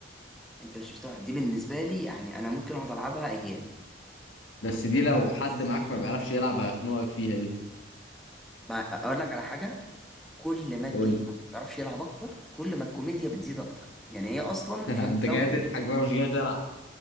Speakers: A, in the centre; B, on the left (about 80°).
A: انت مش مستوعب دي بالنسبة لي يعني انا ممكن اقعد العبها ايام
B: بس
A: وبالذات
B: دي لو
A: مع
B: حد
A: الناس الصح.
B: معاك ما بيعرفش يلعب هيخنقك فيها دي
A: ما اقول لك على حاجة كل ما تجيب
B: قول لي
A: حد ما بيعرفش يلعب اكتر كل ما الكوميديا بتزيد اكتر يعني هي اصلا
B: <laughs> انت
A: هي محتوى
B: جاي
A: كوميدي
B: تضحك بقى مش جاي تلعب